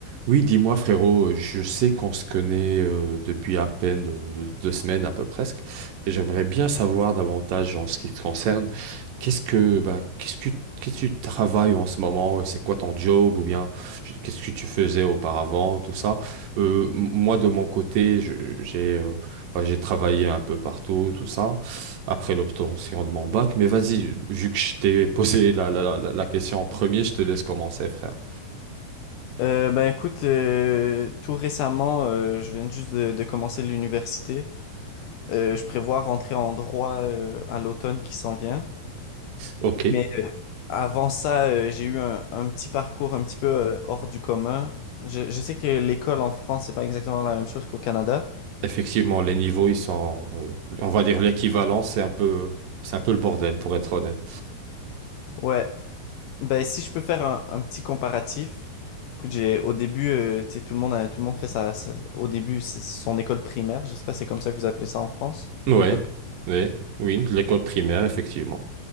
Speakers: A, on the right (about 70°); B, on the left (about 75°).
A: Oui, dis-moi frérot, je sais qu'on se connaît euh, depuis à peine euh, deux semaines à peu presque, et j'aimerais bien savoir davantage en ce qui te concerne. Qu'est-ce que bah, qu'est-ce que qu'est-ce que tu travailles en ce moment? C'est quoi ton job ou bien je- qu'est-ce que tu faisais auparavant, tout ça? Euh, m- moi de mon côté, je- j'ai euh, bah, j'ai travaillé un peu partout, tout ça, après l'obtention de mon bac. Mais vas-y, vu que je t'ai posé la, la, la la question en premier, je te laisse commencer, frère.
B: Euh, ben écoute, euh, tout récemment, euh, je viens juste de, de commencer l'université. Euh, je prévois rentrer en droit euh, à l'automne qui s'en vient.
A: Ok.
B: Mais euh, avant ça, euh, j'ai eu un, un petit parcours un petit peu euh, hors du commun. Je, je sais que l'école en France, c'est pas exactement la même chose qu'au Canada.
A: Effectivement, les niveaux, ils sont, euh, on va dire l'équivalent, c'est un peu, c'est un peu le bordel, pour être honnête.
B: Ouais, ben si je peux faire un, un petit comparatif. Écoute, j'ai au début, euh, tu sais, tout le monde, a- tout le monde fait ça. Au début, c'est son école primaire. Je sais pas, c'est comme ça que vous appelez ça en France,
A: Ouais,
B: une école primaire.
A: ouais, oui, de l'école primaire, effectivement.